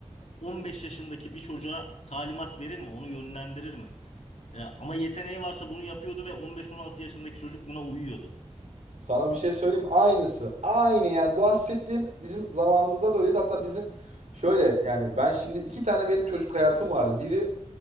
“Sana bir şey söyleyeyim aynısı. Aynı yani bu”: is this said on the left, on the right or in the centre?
Right